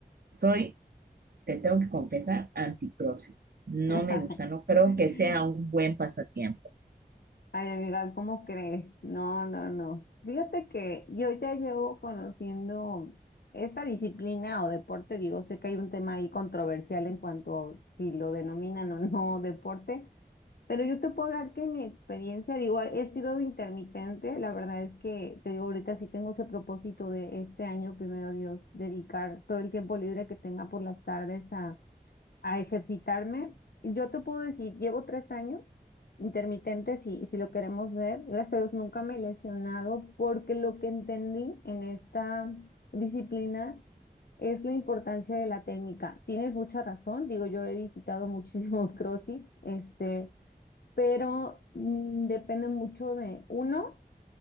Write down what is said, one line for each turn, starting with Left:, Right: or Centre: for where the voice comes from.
Right: Soy, te tengo que confesar, anti-CrossFit. No
Left: <laughs>
Right: me gusta, no creo que sea un buen pasatiempo.
Left: Ay, amiga, ¿cómo crees? No, no, no. Fíjate que yo ya llevo conociendo esta disciplina o deporte, digo, sé que hay un tema ahí controversial en cuanto si lo denominan o no deporte, pero yo te puedo hablar que mi experiencia, digo, he sido intermitente, la verdad es que te digo, ahorita sí tengo ese propósito de este año, primero Dios, dedicar todo el tiempo libre que tenga por las tardes a ejercitarme. Yo te puedo decir, llevo tres años intermitentes y, y si lo queremos ver, gracias a Dios nunca me he lesionado porque lo que entendí en esta disciplina es la importancia de la técnica. Tienes mucha razón, digo, yo he visitado muchísimos <laughs> CrossFits, este, pero mm, depende mucho de uno,